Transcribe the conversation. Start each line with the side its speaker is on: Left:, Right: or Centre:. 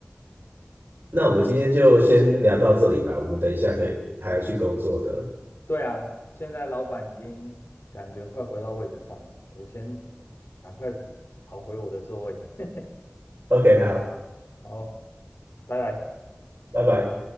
Right: 那我们今天就先聊到这里吧，我们等一下可以还要去工作的。
Left: 对啊，现在老板已经感觉快回到位置上了，我先赶快跑回我的座位。<laughs>
Right: OK，好，
Left: 好，拜拜。
Right: 拜拜。